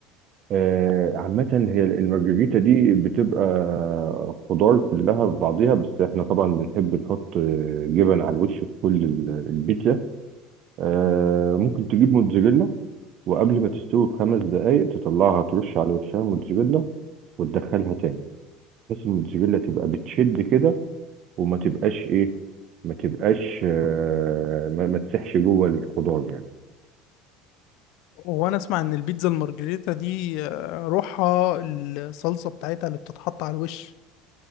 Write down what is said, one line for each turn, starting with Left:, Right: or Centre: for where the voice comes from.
Right: آه، عامة هي المارجريتا دي بتبقى خضار كلها في بعضيها بس احنا طبعا بنحب نحط آه، جبن على الوش في كل ال- البيتزا آه، ممكن تجيب موتزاريلا وقبل ما تستوي بخمس دقايق تطلعها ترش على وشها موتزاريلا وتدخلها تاني بحيث الموتزاريلا تبقى بتشد كده وما تبقاش ايه ما تبقاش آه، ما, ما تسحش جوه الخضار يعني
Left: وانا اسمع ان البيتزا المارجريتا دي آه، روحها الصلصة بتاعتها اللي بتتحط على الوش